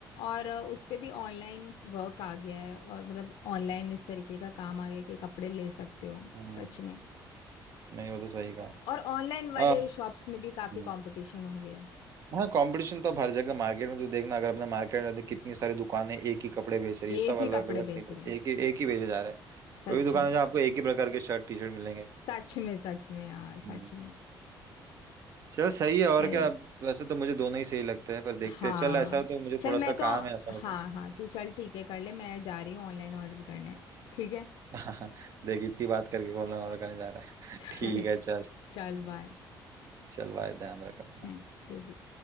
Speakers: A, on the left (about 75°); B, on the right (about 40°).
A: और अ, उस पे भी ऑनलाइन वर्क आ गया है और मतलब ऑनलाइन इस तरीके का काम आ गया कि कपड़े ले सकते हो
B: हम्म
A: सच में
B: नहीं वो तो सही कहा
A: और ऑनलाइन वाले
B: आ,
A: शॉप्स में भी काफी
B: हम्म।
A: कंपटीशन हो गया है
B: हाँ कंपटीशन तो अब हर जगह मार्केट में तू देखना अगर अपने मार्केट में देख कितनी सारी दुकानें एक ही कपड़े बेच रही
A: एक
B: है सब
A: ही
B: अलग
A: कपड़े
B: अलग
A: बेच
B: नहीं बेच
A: रहे हैं
B: एक ही एक ही बेचे जा रहा है
A: सच
B: कोई भी दुकान
A: में
B: है जहाँ आपको एक ही प्रकार के शर्ट टी शर्ट मिलेंगे
A: सच में सच में यार
B: हम्म
A: सच में
B: चल सही है और
A: सही
B: क्या
A: है।
B: वैसे तो मुझे दोनों ही सही लगते हैं पर देखते
A: हाँ
B: हैं चल ऐसा तो मुझे
A: चल
B: थोड़ा
A: मैं
B: सा
A: तो
B: काम है ऐसा
A: हाँ
B: तो।
A: हाँ तू चल ठीक है कर ले मैं जा रही हूँ ऑनलाइन ऑर्डर करने ठीक है
B: <laughs> देख इतनी बात करके कॉल नंबर करने जा रहा है
A: <laughs> चल
B: <laughs> ठीक है चल
A: चल बाय
B: चल भाई ध्यान रख अपना
A: हम्म तू भी